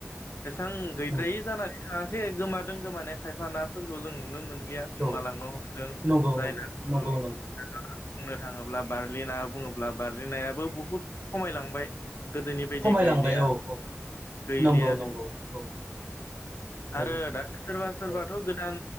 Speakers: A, on the left; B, on the right.
A: एसां गैद्रायै
B: नंगौ
A: जानानै थाङाखै गोमादों गोमानाय खायफा नाफोरखौ जों नुनो मोन गैया गोमालांनो
B: औ
A: हमदों
B: नंगौ
A: जायना
B: नंगौ
A: <unintelligible>
B: नंगौ नंगौ
A: बुंनो थाङोब्ला बारलिना बुङोब्ला बारलिनायाबो बुहुद खमायलांबाय गोदोनि बिदि
B: खमायलांबाय
A: गैलिया
B: औ औ
A: गैलिया
B: नंगौ नंगौ औ नंगौ
A: आरो दा सोरबा सोरबाथ'
B: औ
A: गोदान